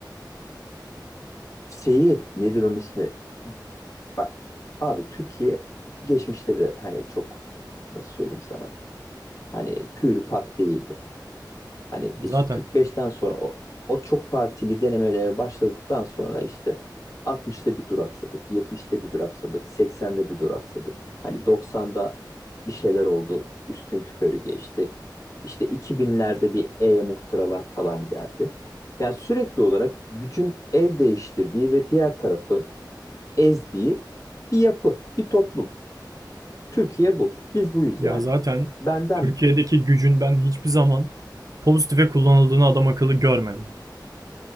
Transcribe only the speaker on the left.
Şeyi nedir onun ismi? Bak abi Türkiye geçmişte de hani çok nasıl söyleyeyim sana hani pür pak değildi. Hani
biz
45'ten sonra o, o çok partili denemelere başladıktan sonra işte 60'ta bir duraksadık, 70'te bir duraksadık, 80'de bir duraksadık. Hani 90'da bir şeyler oldu, üstün körü geçti. İşte 2000'lerde bir E muhtıralar falan geldi. Yani sürekli olarak gücün el değiştirdiği ve diğer tarafı ezdiği bir yapı, bir toplum. Türkiye bu. Biz buyuz
yani.
Benden
mi?